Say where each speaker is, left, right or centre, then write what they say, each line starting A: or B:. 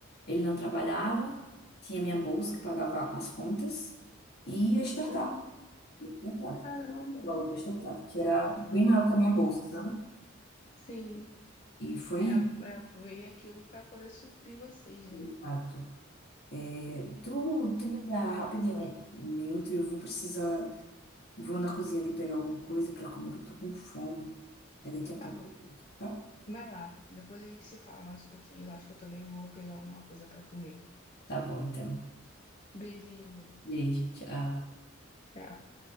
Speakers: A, on the left; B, on the left.
A: Ele não trabalhava, tinha minha bolsa que pagava as contas e a startup,
B: Uhum.
A: a startup,
B: Caramba.
A: o valor da startup, que era bem maior que a minha bolsa, sabe?
B: Sim.
A: E foi,
B: É,
A: isso,
B: é, eu veio aquilo para poder suprir vocês,
A: de
B: né?
A: fato. É, tu, tu me dá rapidinho um um minuto e eu vou precisar. Vou na cozinha ali pegar alguma coisa pra comer, que eu tô com fome. Aí daqui a
B: Tá
A: pouco
B: bom.
A: eu volto, tá?
B: Vai lá. Depois a gente se fala mais um pouquinho. Eu acho que eu também vou pegar alguma coisa para comer.
A: Tá bom, então.
B: Beijinho.
A: Beijo, tchau.
B: Tchau.